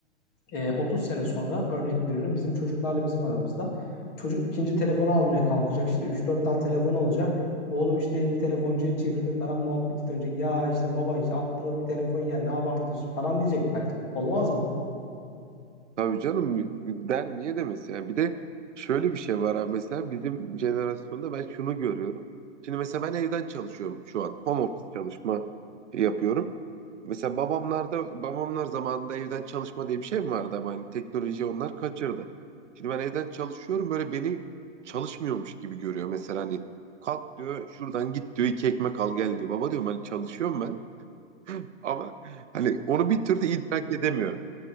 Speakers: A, on the left; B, on the right.
A: e, 30 sene sonra örnek veriyorum bizim çocuklarla bizim aramızda çocuk ikinci telefonu almaya kalkacak işte 3-4 tane telefon olacak. Oğlum işte evi telefoncuya çevirdi falan muhabbeti dönecek. Ya işte baba işte alt tarafı bir telefon ya ne abartıyorsun falan diyecek belki. Olmaz mı?
B: Tabii canım der niye demesi yani bir de şöyle bir şey var abi mesela bizim jenerasyonda ben şunu görüyorum. Şimdi mesela ben evden çalışıyorum şu an home office çalışma yapıyorum. Mesela babamlarda babamlar zamanında evden çalışma diye bir şey mi vardı ama hani teknoloji onlar kaçırdı. Şimdi ben evden çalışıyorum böyle beni çalışmıyormuş gibi görüyor mesela hani kalk diyor şuradan git diyor iki ekmek al gel diyor. Baba diyorum hani çalışıyorum ben ama hani onu bir türlü idrak edemiyor.